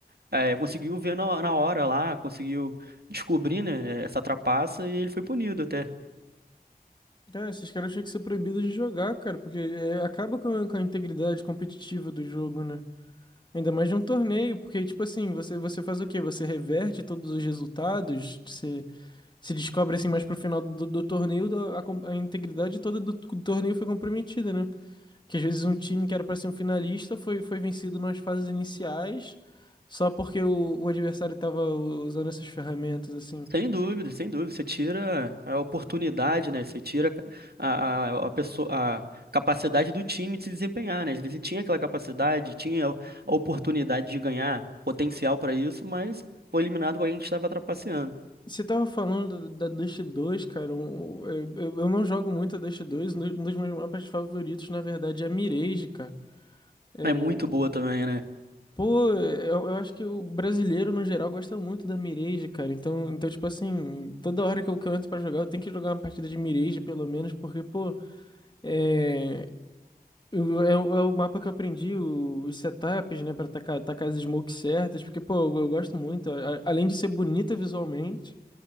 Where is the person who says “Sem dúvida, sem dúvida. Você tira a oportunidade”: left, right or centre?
Right